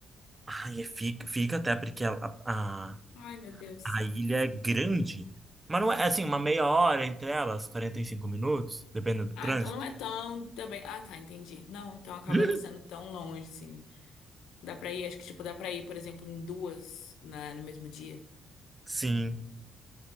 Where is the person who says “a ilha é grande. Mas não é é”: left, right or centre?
Right